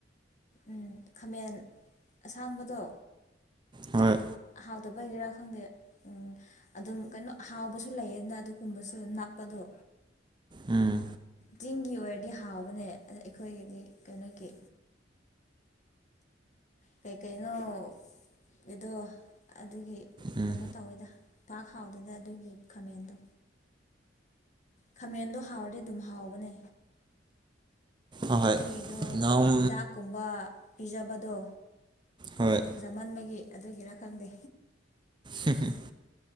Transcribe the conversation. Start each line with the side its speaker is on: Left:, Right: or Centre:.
Left: ꯎꯝ ꯈꯥꯃꯦꯟ ꯑꯁꯥꯡꯕꯗꯣ
Right: ꯍꯣꯏ
Left: ꯍꯥꯎꯗꯕꯒꯦꯔꯥ ꯈꯪꯗꯦ ꯎꯝ ꯑꯗꯨꯝ ꯀꯟꯅꯣ ꯍꯥꯎꯕꯁꯨ ꯂꯩꯌꯦꯠꯅ ꯑꯗꯨꯒꯨꯝꯕꯁꯨ ꯅꯞꯄꯗꯣ
Right: ꯎꯝ
Left: ꯆꯤꯡꯒꯤ ꯑꯣꯏꯔꯗꯤ ꯍꯥꯎꯕꯅꯦ ꯑꯗ ꯑꯩꯈꯣꯏꯒꯤꯗꯤ ꯀꯩꯅꯣꯒꯤ ꯀꯩꯀꯩꯅꯣꯗꯣ ꯑꯗꯨꯒꯤ
Right: ꯎꯝ
Left: ꯀꯩꯅꯣ ꯇꯧꯋꯦꯗ ꯄꯥꯛ ꯍꯥꯎꯗꯦꯗ ꯑꯗꯨꯒꯤ ꯈꯥꯃꯦꯟꯗꯣ ꯈꯥꯃꯦꯟꯗꯣ ꯍꯥꯎꯔꯗꯤ ꯑꯗꯨꯝ ꯍꯥꯎꯕꯅꯦ
Right: ꯑꯍꯣꯏ
Left: ꯃꯣꯏꯒꯤꯗꯨ
Right: ꯅꯝ
Left: ꯍꯤꯗꯥꯛꯀꯨꯝꯕ ꯄꯤꯖꯕꯗꯣ
Right: ꯍꯣꯏ
Left: ꯖꯃꯟꯕꯒꯤ ꯑꯗꯨꯒꯤꯔ ꯈꯪꯗꯦ
Right: ꯍꯝ ꯍꯝ <inaudible>